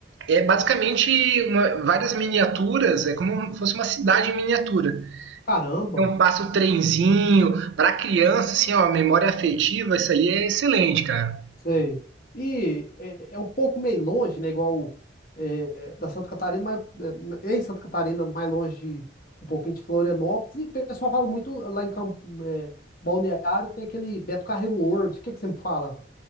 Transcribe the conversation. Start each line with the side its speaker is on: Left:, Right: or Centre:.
Right: é basicamente uma- várias miniaturas, é como se fosse uma cidade em miniatura.
Left: Caramba.
Right: Então passa o trenzinho, para criança, assim, ó, memória afetiva, isso ali é excelente, cara.
Left: Sei. E é, é um pouco meio longe, né? Igual é, da Santa Catarina, mas é, em Santa Catarina, mais longe um pouquinho de Florianópolis. E o pessoal fala muito lá em Campo, é, Balneário, tem aquele Beto Carreiro World. O que que você me fala?